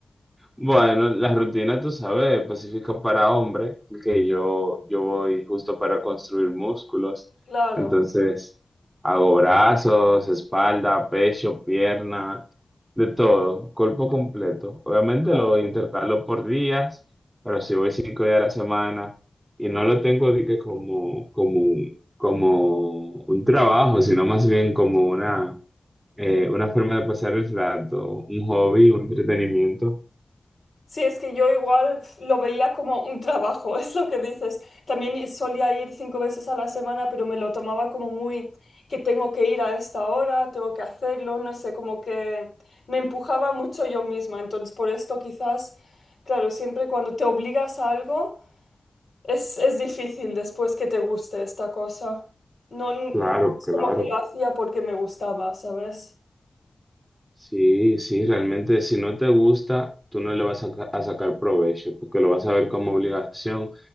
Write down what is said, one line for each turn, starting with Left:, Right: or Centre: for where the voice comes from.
Right: bueno, la rutina, tú sabes, Pacífico para hombre, porque yo, yo voy justo para construir músculos.
Left: Claro.
Right: Entonces, hago brazos, espalda, pecho, pierna, de todo, cuerpo completo. Obviamente
Left: claro.
Right: lo intercalo por días, pero si voy cinco días a la semana y no lo tengo de que como, como, como un trabajo, sino más bien como una eh, una forma de pasar el rato, un hobby, un entretenimiento.
Left: Sí, es que yo igual pf, lo veía como un trabajo, <laughs> es lo que dices. También y- solía ir cinco veces a la semana, pero me lo tomaba como muy que tengo que ir a esta hora, tengo que hacerlo, no sé, como que me empujaba mucho yo misma. Entonces, por esto quizás, claro, siempre cuando te obligas a algo, es, es difícil después que te guste esta cosa. No, n-
Right: Claro,
Left: no es
Right: claro.
Left: como que lo hacía porque me gustaba, ¿sabes?
Right: Sí, sí, realmente si no te gusta, tú no le vas a, saca- a sacar provecho, porque lo vas a ver como obligación